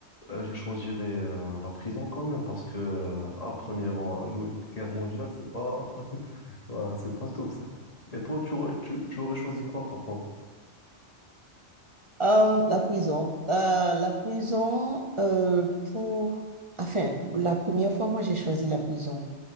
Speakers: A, on the left (about 35°); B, on the right (about 30°).
A: euh, je choisirais euh, la prison quand même parce que euh, à premier rang, nous, guerre mondiale, c'est pas <laughs> ouais, c'est pas top ça. Et toi, tu aurais, tu, tu aurais choisi quoi par contre?
B: Euh, la prison. Euh, la prison euh, pour... Enfin, la première fois, moi, j'ai choisi la prison.